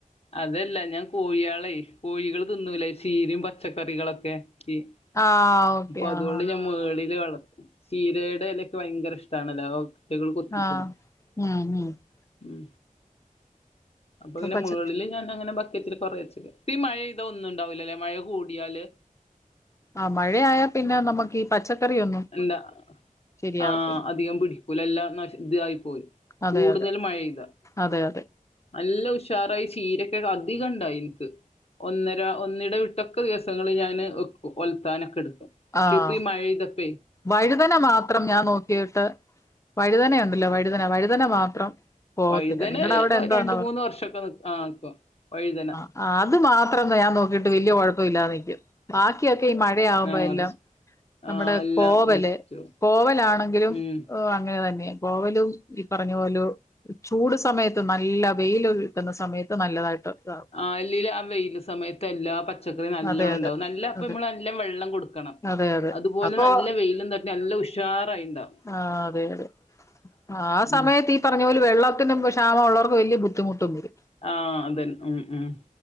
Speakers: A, on the left; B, on the left.
A: അതല്ല ഞാൻ കോഴിയാളെ കോഴികൾ തിന്നൂലേ ചീരയും പച്ചക്കറികളൊക്കെ ഈഹ്
B: ആഹ് ഓക്കെ
A: ഇപ്പ അതുകൊണ്ട്
B: ആഹ്
A: ഞാൻ മേളില് വളത്തും ചീരെടെ എലൊക്കെ ഭയങ്കര ഇഷ്ടണല്ലോ അവറ്റകള് കൊത്തിതിന്നും
B: ആഹ് ഉം ഉം
A: ഉം അപ്പ ഇങ്ങനെ
B: പച്ച
A: മേളി അങ്ങനെ ബക്കറ്റില് കൊറേ വെച്ചേക്കാ ഇപ്പ ഈ മഴ പെയ്താ ഒന്നും ഉണ്ടാവില്ലല്ലേ മഴ കൂടിയാല്
B: ആഹ് മഴയയാ പിന്നെ നമുക്ക് ഈ പച്ചക്കറിയൊന്നും
A: എന്താ
B: ശരിയാവത്തില്ല
A: ആഹ് അധികം പിടിക്കൂല എല്ലാം ന ഇതായി പോയി
B: അതെ
A: കൂടുതല്
B: അതെ
A: മഴപെയ്താ
B: അതെ അതെ
A: നല്ല ഉഷാറായി ചീരൊക്കെ അധികം ഇണ്ടായി എൻക്ക് ഒന്നര ഒന്നിടവിട്ടൊക്കെ ദിവസങ്ങള് ഞാൻ ഒലത്താനൊക്കെ എടുക്കും
B: ആഹ്
A: <unintelligible> ഇപ്പ ഈഹ് മഴ പെയ്യ്താ
B: വഴുതന മാത്രം ഞാൻ നോക്കിട്ട് വഴുതന ഉണ്ടല്ലോ വഴുതന വഴുതന മാത്രം പോകത്തില്ല
A: വൈതന
B: നിങ്ങടെ അവിടെ എന്താണാവോ
A: രണ്ട് മൂന്ന് വർഷം ഒക്കെ ആഹ് നിക്കും വഴ്തന.
B: ആഹ് അത് മാത്രം ഞാൻ നോക്കിട്ട് വല്യ കൊഴപ്പല്ലാതെ നിക്കും. ബാക്കിയൊക്കെ ഈ മഴയാവുമ്പോ
A: ആ
B: എല്ലാം
A: അത് ശ
B: നമ്മടെ
A: ആ എല്ലാം
B: കോവല്
A: നശിച്ചു പോവും.
B: കോവലാണെങ്കിലും
A: ഉം
B: ഓഹ് അങ്ങനെ തന്നെ. കോവലും ഈ പറഞ്ഞ പോലെ ചൂട് സമയത്ത് നല്ല വെയില് സമയത്ത് നല്ലതായിട്ട് ഇതാവും.
A: ആല്ലേലും ആഹ് വെയില് സമയത്ത് എല്ലാ പ ച്ചക്കറി നല്ലോണം
B: അതെ അതെ
A: ഇണ്ടാവും നല്ല അപ്പം
B: അതെ
A: നമ്മള് നല്ല വെള്ളം കൊട്ക്കണം
B: അതെ അതെ
A: അതുപോലെ
B: അപ്പൊ
A: നല്ല വെയിലും തട്ടി നല്ല ഉശ് ഉഷാറായി ഇണ്ടാവും.
B: ആഹ് അതെ അതെ ആഹ് സമയത്ത്
A: ഉം
B: തി പർഞ്ഞ പോലെ വെള്ളത്തിനും ക്ഷാമം ഉള്ളോർക്ക് വല്ല്യ ബുദ്ധിമുട്ടും വരും.
A: ആഹ് അതെ ഉം ഉം